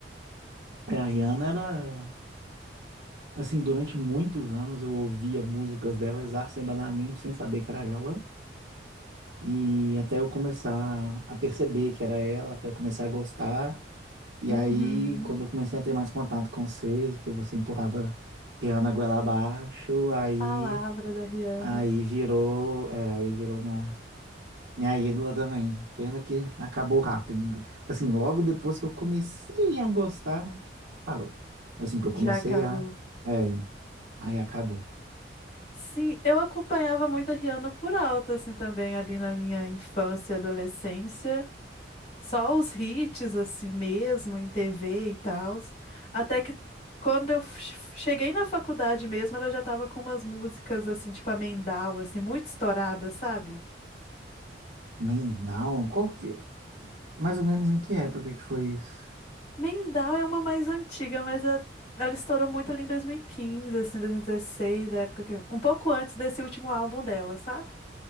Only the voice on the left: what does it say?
Uhum.
A palavra da Rihanna
já acabou.
Sim, eu acompanhava muito a Rihanna por alto, assim, também ali na minha infância e adolescência. Só os hits, assim mesmo, em TV e tal. Até que quando eu f- cheguei na faculdade mesmo, ela já tava com umas músicas, assim, tipo a Mendal, assim, muito estourada, sabe?
Mendal é uma mais antiga, mas a- ela estourou muito ali em 2015, assim, 2016, a época que... eu- Um pouco antes desse último álbum dela, sabe?